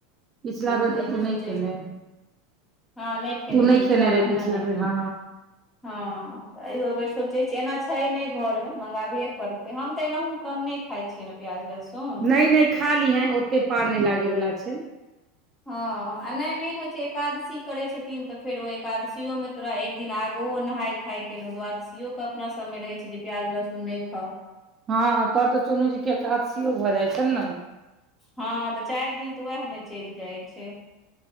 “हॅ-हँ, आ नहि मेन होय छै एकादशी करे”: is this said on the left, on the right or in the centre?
Left